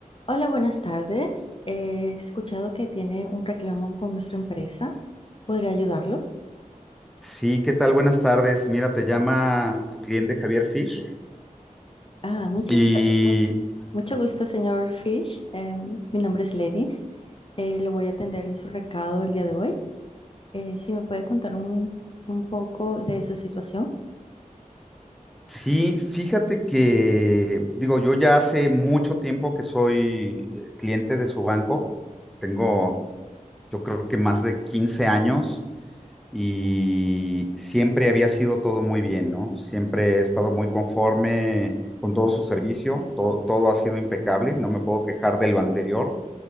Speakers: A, on the left (about 40°); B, in the centre.
A: Hola, buenas tardes. He escuchado que tiene un reclamo con nuestra empresa. ¿Podría ayudarlo?
B: Sí, ¿qué tal? Buenas tardes. Mira, te llama tu cliente Javier Fish.
A: Ah, muchas,
B: Y
A: per- mu- mucho gusto, señor Fish. Em, mi nombre es Lenis. Eh, lo voy a atender en su recado el día de hoy. Eh, si me puede contar un, un poco de su situación.
B: sí, fíjate que, digo, yo ya hace mucho tiempo que soy eh, cliente de su banco. Tengo, yo creo que más de quince años y siempre había sido todo muy bien, ¿no? Siempre he estado muy conforme con todo su servicio. to- todo ha sido impecable. No me puedo quejar de lo anterior.